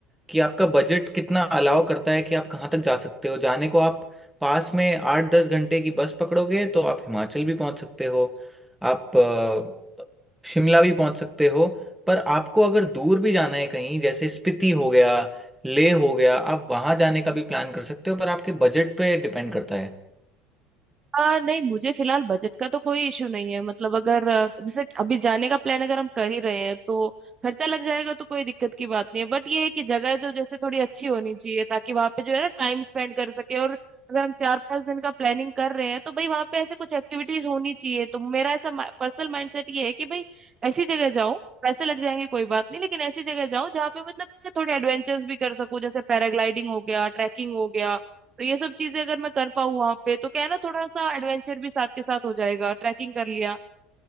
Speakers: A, in the centre; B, on the right.
A: कि आपका बजट कितना अलाउ करता है कि आप कहाँ तक जा सकते हो जाने को आप पास में आठ दस घंटे की बस पकड़ोगे तो आप हिमाचल भी पहुँच सकते हो आप अ, शिमला भी पहुँच सकते हो पर आपको अगर दूर भी जाना है कहीं जैसे स्पीति हो गया लेह हो गया आप वहाँ जाने का भी प्लान कर सकते हो पर आपके बजट पे डिपेंड करता है
B: आ, नहीं मुझे फिलहाल बजट का तो कोई इशू नहीं है मतलब अगर अ, जैसे अभी जाने का प्लान अगर हम कर ही रहे हैं तो खर्चा लग जाएगा तो कोई दिक्कत की बात नहीं है बट ये है कि जगह जो जैसे थोड़ी अच्छी होनी चाहिए ताकि वहां पे जो है ना टाइम स्पेंड कर सके और अगर हम चार पांच दिन का प्लानिंग कर रहे हैं तो भाई वहां पे ऐसे कुछ एक्टिविटीज होनी चाहिए तो मेरा ऐसा पर्सनल माइंडसेट ये है कि भाई ऐसी जगह जाओ पैसे लग जाएंगे कोई बात नहीं लेकिन ऐसी जगह जाओ जहाँ पे मतलब से थोड़े एडवेंचर्स भी कर सको जैसे पैराग्लाइडिंग हो गया ट्रैकिंग हो गया तो ये सब चीजें अगर मैं कर पाऊँ वहां पे तो क्या है ना थोड़ा सा एडवेंचर भी साथ के साथ हो जाएगा ट्रैकिंग कर लिया